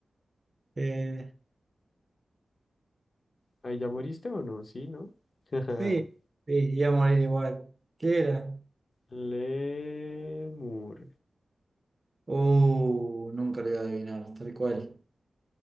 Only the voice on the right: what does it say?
eh,
sí, sí, iba a morir igual. ¿Qué era?
Uh, nunca lo iba a adivinar, tal cual.